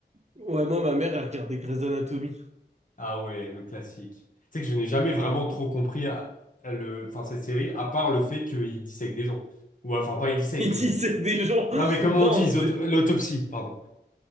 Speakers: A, on the right (about 40°); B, on the left (about 45°).
A: Ouais, moi, ma mère, elle regardait Grey's Anatomy.
B: Ah ouais, le classique. Tu sais que je n'ai jamais vraiment trop compris à- à le... enfin, cette série, à part le fait qu'ils dissèquent des gens. Ou enfin, pas ils dissèquent,
A: Il dit
B: ils...
A: c'est des gens.
B: Non mais comment
A: Non,
B: on dit, ils
A: c'est.
B: auto- l'autopsie, pardon.